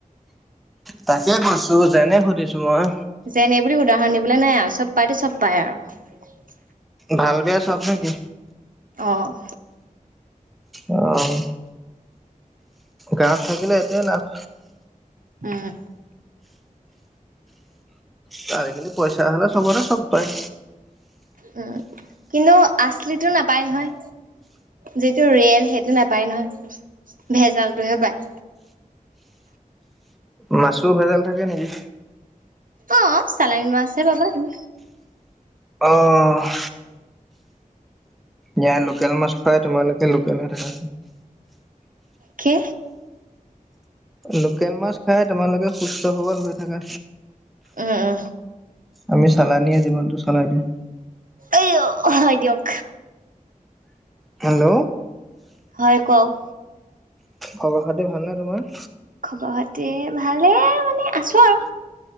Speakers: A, in the centre; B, on the right (about 70°).
A: তাকে কৈছো যেনে সুধিছোঁ মই।
B: যেনে বুলি উদাহৰণ দিবলে নাই আৰু চব পাইতো চব পাই আৰু।
A: ভাল বেয়া চব নেকি?
B: অ'।
A: অ'। গাঁৱত থাকিলে এইটোৱে লাভ।
B: উম।
A: ত আজিকালি পইচা হ'লে চবতে চব পায়।
B: উম, কিন্তু আছলিটো নাপায় নহয়। যিটো ৰিয়েল সেইটো নাপায় নহয়, ভেজালটোহে পায়।
A: মাছোঁ ভেজাল থাকে নেকি?
B: অ', চালানি মাছ হে পাবা তুমি।
A: অ'। ইয়া লোকেল মাছ খুৱাই তোমালোকে লোকেল হৈ থাকা।
B: কি?
A: লোকেল মাছ খাই তোমালোকে সুস্থ সৱল হৈ থাকা।
B: এ, এ।
A: আমি চালানিয়ে যিমানটো চালাই দিম।
B: এই হয় দিয়ক।
A: হেল্ল'।
B: হয় কওক।
A: খবৰ খাতি ভালনে তোমাৰ?
B: খবৰ খাতি ভালে মানে আছোঁ আৰু।